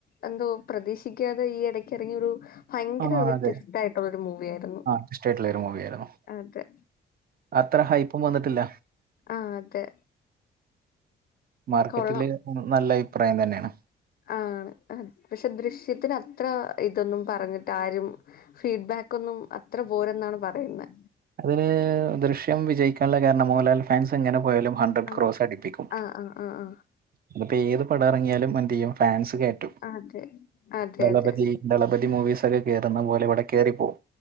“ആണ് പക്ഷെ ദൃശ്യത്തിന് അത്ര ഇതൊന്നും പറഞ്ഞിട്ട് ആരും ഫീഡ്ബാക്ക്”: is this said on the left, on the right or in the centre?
Left